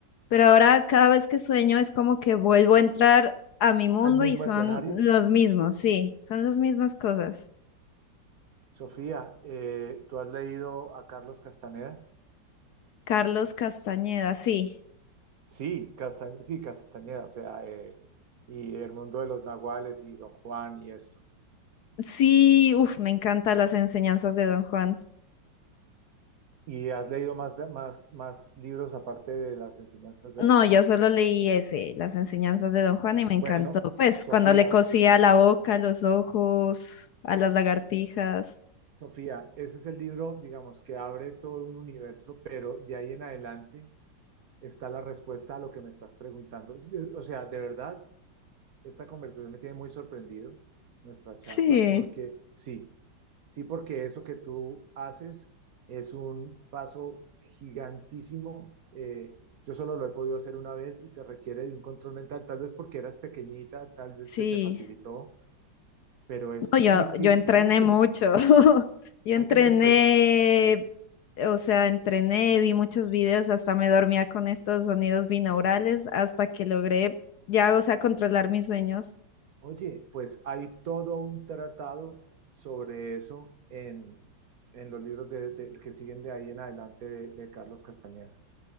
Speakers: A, on the left; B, on the right.
A: pero ahora cada vez que sueño es como que vuelvo a entrar a mi mundo
B: ¿Al mismo
A: y son
B: escenario?
A: los mismos, sí, son las mismas cosas.
B: Sofía, eh, ¿tú has leído a Carlos Castaneda?
A: Carlos Castañeda, sí.
B: Sí, Casta- sí, Castañeda, o sea, eh, y El mundo de los nahuales y Don Juan y esto.
A: Sí, uff, me encantan las enseñanzas de Don Juan.
B: ¿Y has leído más, de- más, más libros aparte de las enseñanzas de
A: No,
B: Don Juan?
A: yo solo leí ese, las enseñanzas de Don Juan y me
B: Bueno,
A: encantó. Pues
B: Sofía,
A: cuando le cosía la boca, los ojos, a las lagartijas.
B: Sofía, ese es el libro, digamos, que abre todo un universo, pero de ahí en adelante está la respuesta a lo que me estás preguntando. O sea, de verdad, esta conversación me tiene muy sorprendido, nuestra charla,
A: Sí,
B: porque sí, sí, porque eso que tú haces es un paso gigantísimo. eh, yo solo lo he podido hacer una vez y se requiere de un control mental, tal vez porque eras pequeñita, tal vez
A: sí.
B: se te facilitó, pero es
A: No, yo,
B: dificilísimo.
A: yo entrené mucho. <laughs> Yo
B: Hay
A: entrené,
B: que entre- pues
A: o sea, entrené, vi muchos videos, hasta me dormía con estos sonidos binaurales hasta que logré ya, o sea, controlar mis sueños.
B: Oye, pues hay todo un tratado sobre eso en, en los libros de, de- que siguen de ahí en adelante de, de Carlos Castañeda.